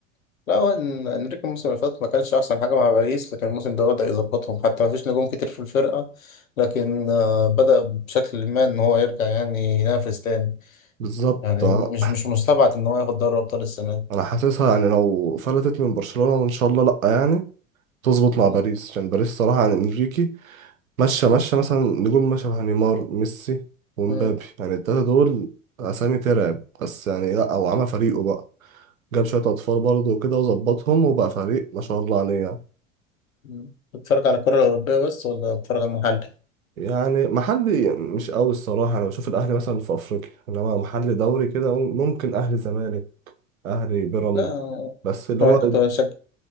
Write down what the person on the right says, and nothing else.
بالظبط
آه.
انا حاسسها يعني لو فلتت من برشلونة وان شاء الله لا يعني تظبط
مع باريس عشان باريس صراحة يعني انريكي ماشية ماشية مثلا نجوم ما شبه نيمار ميسي ومبابي
يعني التلاتة دول اسامي ترعب بس يعني لا هو عمل فريقه بقى جاب شوية اطفال برضه وكده وظبطهم وبقى فريق ما شاء الله عليه يعني
يعني محلي مش قوي الصراحة انا بشوف الاهلي مثلا في افريقيا انما محلي دوري كده ممكن اهلي زمالك اهلي بيراميدز
بس اللي
هو